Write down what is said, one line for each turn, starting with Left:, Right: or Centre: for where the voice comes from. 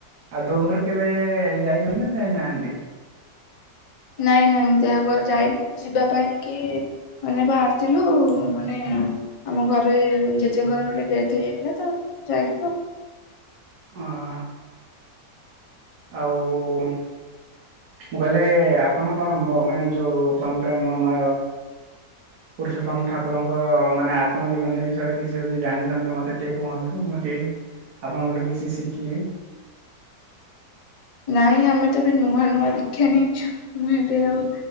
Right: ଆଉ ଦୋ ଘରେ କେବେ ଯାଇଛନ୍ତି ନା ଯାଇନାହାନ୍ତି?
Left: ନାଇଁ ନାଇଁ ଦେହୋଘର ଯାଇନି ଯିବା ପାଇଁ କି ମାନେ ବାହାରିଥିଲୁ ଆ ମାନେ ଆମ ଘରେ ଜେଜେଙ୍କର ଗୋଟେ ଡେଥ୍ ହେଇଯାଇଥିଲା ତ ଯାଇଥୁ
Right: ହଁ। ଆଉ ମୁଁ କହିଲେ ଆପଣ କଣ ମାନେ ଯୋଉ ପମ୍ପେମମୟ ପୁରୁଷୋତ୍ତମ ଠାକୁରଙ୍କ ମାନେ ଆତ୍ମଜୀବନୀ ବିଷୟରେ କିଛି ଯଦି ଜାଣିଛନ୍ତି ମତେ ଟିକେ କୁହନ୍ତୁ ମୁଁ ଟିକେ ଆପଣଙ୍କଠୁ କିଛି ଶିଖିବି
Left: ନାଇଁ ଆମେ ତ ଏବେ ନୂଆ ନୂଆ ଦୀକ୍ଷା ନେଇଛୁ ମୁଁ ଏବେ ଆଉ